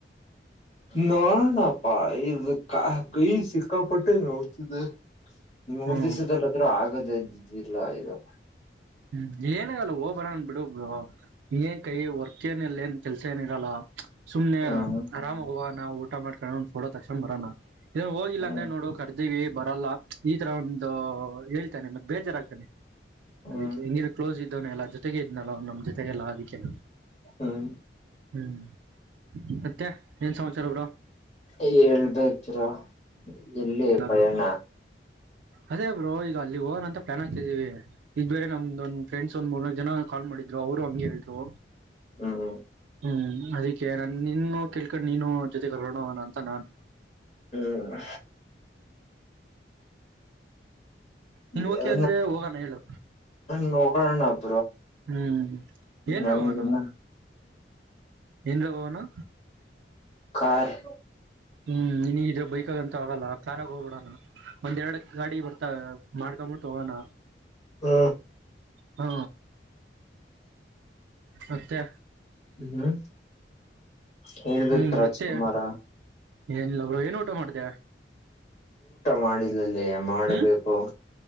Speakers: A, on the left (about 35°); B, on the right (about 80°).
A: ನೋಡಣಪ್ಪಾ ಇದು ಕಾ ಕೈ ಸಿಕ್ಕಾಪಟ್ಟೆ ನೋವ್ತಿದೆ ಇನ್ ಮೂರ್
B: ಹ್ಮ್
A: ದಿಸದಲ್ಲಾದ್ರೂ ಆಗದ ಿಲ್ಲಯದು.
B: ಹ್ಮ್ ಏನಗಲ್ಲ ಹೋಗ ಬರ ಅನ್ ಬಿಿಡು ಏನ್ ಕೈ ಹೊರ್ತ ಏನ ಇಲ್ಲ ಏನ್ ಕೆಲ್ಸ ಏನ ಇರಲ್ಲ. ಸುಮನೆ
A: ಹ್ಮ್
B: ಆರಾಮ ಹೋಗ. ನಾ್ ಊಟ ಮಾಡ್ಕೊಂಡ ಒಂದ್ ಫೋ ತಕ್ಷಣ ಬರೋ. ಏನ್ ಹೋಗಿಲ್ಲ
A: ಹ್ಮ್
B: ಅ್ರೆ ನೋಡೋ. ೀವಿ ಬರಲ್ಲ ಈ ತರ ಒಂದು ಹೇಳ್ತೇನೆ ಮತ್ತೆ ಬೇಜಜಾರಾಗಗ್ತಾನೆ.
A: ಹ್ಮ್
B: ಅದಕ್ಕೆ ಹೆಂಗಿ ಕ್ೋಸ್ಐತ್ತು. ಇದನ್ನ ಎಲ್ಲ ಜೊತೆಗೆ ಇದ್ನಲ್ಲ ನಮ್ಮ್ ಜೊತೆಗೆಲ್ಲ ಅದಕ್ಕೆ.
A: ಹ್ಮ್.
B: ಹ್ಮ್ ಮತ್ತೆ ಏನ್ ಸಮಾಚಾರ ಬಡ.
A: ಹೇಳ್ಬೇಕರ ಎಲ್ಲಿ ಪ್ರಯಾಣ.
B: ಬ್ರೋ ಅದೇ ಬ್ರೋ ಈಗ ಅಲ್ಲಿಗೆ ಹೋನ್ ಅಂತ ಪ್ಲಾನ್ ಹತ್ತಿದ್ದೀವಿ. ಇದ ಬೇರೆ ನಮ್ದ ಒಂದ ಫ್ರೆಂಡ್ಸ್ ಒಂದ್ ಮೂರ್ನಾ ಜನ ಕಾಲ್ ಮಾಡಿದ್ರು ಅವರು ಹಂಗಗೆ ಹೇಳ್ರು.
A: ಹ್ಮ್ ಹ್ಮ.
B: ಹ್ಮ್ ಅದಕ್ಕೆ ನಾನ ನಿನ್ನ ಕೇಳ್ಕೊಂಡ್ ನೀನು ಜೊತೆಗೆರೋಣವಣ ಅಂತ ನಾನು.
A: ಹ್ಮ್.
B: ನೀನ್ ಓಕೆ
A: ನೋ
B: ಅಂದ್ರೆ ಹೋಗೋಣ ಹೇಳು
A: ನೋ. ಪ್ರಣ.
B: ಹ್ಮ್ ಏನ್
A: ನನ್ಗಿನ್ನ
B: ಜಾವಣ. ಎಏನ್್ರಗನು.
A: ಕಾರಾರ್.
B: ಹ್ಮ್ ನೀಿನ ಇದ್ರೆ ಬೈಕ್ಗಂತ ಹೋಗಲ್ಲ ಕಾರ್ಾಗ ಹೋಗ್ಬಿಡಣ ಒಂದ್ೆರಡು ಗಾಡಿ ಬರ್ತಾವ ಮಾಡ್ಕೊಬಿಟ್ಟು ಹೋಗೋಣ.
A: ಹಾ.
B: ಹಾ. ಅತ್ತೆ.
A: ಹ್ಮ್ ಹೇಳ್ಬೇಕ
B: ಹ್ಮ್
A: ರಾಜ್ಕುಮಾರ
B: ಮತ್ತೆ ಏನಿಲ್ಲ ಅವರು ಏನ್ ಊಟ ಮಾಡ್ದ.
A: ಮಾಡಿಲ್ಲ. ಅಲ್ಲಿ ಮಾಡ್ಬೇಕು
B: ಹ್ಮ್